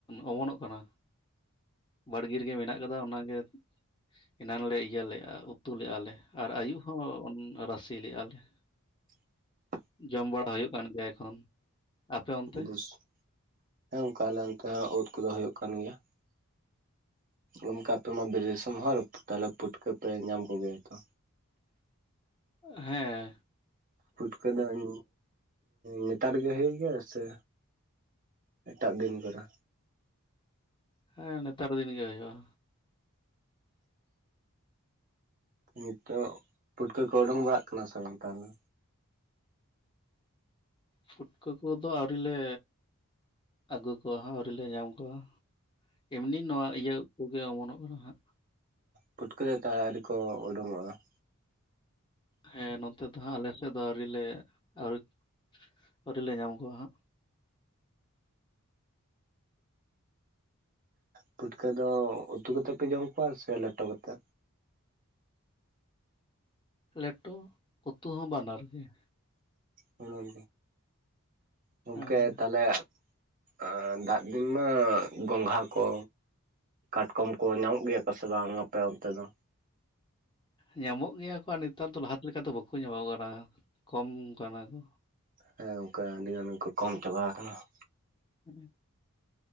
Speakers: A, on the left; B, on the right.
A: ᱚᱢᱚᱱᱚᱜ ᱠᱟᱱᱟ ᱾ ᱵᱟᱲᱜᱮ ᱨᱮᱜᱮ ᱢᱮᱱᱟᱜ ᱠᱟᱫᱟ ᱚᱱᱟᱜᱮ ᱾ ᱮᱱᱟᱱ ᱞᱮ ᱤᱭᱟᱹ ᱞᱮᱜᱼᱟ ᱩᱛᱩ ᱞᱮᱜᱼᱟ ᱞᱮ ᱟᱨ ᱟᱹᱭᱩᱵ ᱦᱚᱸ ᱨᱟᱥᱮ ᱞᱮᱜᱼᱟ ᱞᱮ ᱾
B: <inaudible>
A: ᱡᱚᱢ ᱵᱟᱲᱟ ᱦᱩᱭᱩᱜ ᱠᱟᱱ ᱜᱮᱭᱟ ᱮᱠᱷᱚᱱ ᱟᱯᱮ ᱚᱱᱛᱮ?
B: ᱵᱩᱥ ᱦᱮᱸ, ᱚᱝᱠᱟ ᱟᱞᱮ ᱚᱱᱛᱮ ᱦᱚᱸ ᱳᱫ ᱠᱚᱫᱚ ᱦᱩᱭᱩᱜ ᱠᱟᱱ ᱜᱮᱭᱟ ᱾ ᱚᱱᱠᱟ ᱟᱯᱮ ᱢᱟ ᱵᱤᱨ ᱫᱤᱥᱚᱢ ᱦᱚᱲ ᱛᱟᱦᱞᱮ ᱯᱩᱴᱠᱟᱹ ᱯᱮ ᱧᱟᱢ ᱠᱚᱜᱮᱭᱟ ᱛᱚ?
A: ᱦᱮᱸ ᱾
B: ᱯᱩᱴᱠᱟᱹ ᱫᱩᱧᱼᱼ ᱱᱮᱛᱟᱨ ᱜᱮ ᱦᱩᱭᱩᱜ ᱜᱮᱭᱟ ᱥᱮ ᱮᱴᱟᱜ ᱫᱤᱱ ᱠᱚᱨᱮ?
A: ᱦᱮᱸ ᱱᱮᱛᱟᱨ ᱫᱤᱱ ᱜᱮ ᱦᱩᱭᱩᱜᱼᱟ ᱾
B: ᱱᱤᱛᱚᱜ ᱯᱩᱹᱴᱠᱟᱹ ᱠᱚ ᱚᱰᱚᱝ ᱵᱟᱲᱟᱜ ᱠᱟᱱᱟ ᱥᱮ ᱵᱟᱝ ᱛᱟᱦᱞᱮ?
A: ᱯᱩᱹᱴᱠᱟᱹ ᱠᱚᱫᱚ ᱟᱹᱣᱨᱤ ᱞᱮ ᱟᱹᱜᱩ ᱠᱚᱣᱟ ᱟᱹᱣᱨᱤ ᱞᱮ ᱧᱟᱢ ᱠᱚᱣᱟ ᱾ ᱮᱢᱱᱤ ᱱᱚᱣᱟ ᱤᱭᱟᱹ ᱠᱚᱜᱮ ᱚᱢᱚᱱᱚᱜ ᱠᱟᱱᱟ ᱦᱟᱸᱜᱼᱼ
B: ᱯᱩᱴᱠᱟᱹ ᱦᱟᱠᱟᱜ ᱟᱹᱨᱤ ᱠᱚ ᱚᱰᱚᱝᱚᱜᱼᱟ ᱾
A: ᱦᱮᱸ ᱱᱚᱛᱮ ᱫᱚ ᱦᱟᱸᱜ ᱟᱞᱮ ᱥᱮᱫ ᱫᱚ ᱟᱹᱣᱨᱤᱞᱮ, ᱟᱹᱣᱨᱤ ᱟᱹᱣᱨᱤᱞᱮ ᱧᱟᱢ ᱠᱚᱣᱟ ᱦᱟᱸᱜ ᱾
B: ᱯᱩᱴᱠᱟᱹ ᱫᱚ ᱩᱛᱩ ᱠᱟᱛᱮ ᱯᱮ ᱡᱚᱢ ᱠᱚᱣᱟ ᱥᱮ ᱞᱮᱴᱚ ᱠᱟᱛᱮ?
A: ᱞᱮᱴᱚ, ᱩᱛᱩ ᱦᱚᱸ ᱵᱟᱱᱟᱨ ᱜᱮ ᱾
B: ᱦᱩᱸ ᱜᱚᱝᱠᱮ
A: ᱦᱮᱸ
B: ᱛᱟᱦᱞᱮᱼᱼ ᱮᱻ ᱫᱟᱜ ᱫᱤᱱ ᱢᱟ ᱜᱚᱸᱜᱷᱟ ᱠᱚᱼᱼ ᱠᱟᱴᱠᱚᱢ ᱠᱚ ᱧᱟᱢᱚᱜ ᱜᱮᱭᱟ ᱠᱚ ᱥᱮ ᱵᱟᱝ ᱟᱯᱮ ᱚᱱᱛᱮ ᱫᱚ?
A: ᱧᱟᱢᱚᱜ ᱜᱮᱭᱟ ᱠᱚ ᱟᱨ ᱱᱮᱛᱟᱨ ᱫᱚ ᱞᱟᱦᱟ ᱞᱮᱠᱟ ᱫᱚ ᱵᱟᱠᱚ ᱧᱟᱢᱚᱜ ᱠᱟᱱᱟ ᱠᱚᱢ ᱠᱟᱱᱟ ᱠᱚ ᱾
B: ᱦᱮᱸ ᱚᱱᱠᱟ ᱟᱹᱰᱤ ᱜᱟᱱ ᱜᱮᱠᱚ ᱠᱚᱢ ᱪᱟᱵᱟ ᱟᱠᱟᱱᱟ ᱾
A: ᱦᱮᱸ <inaudible>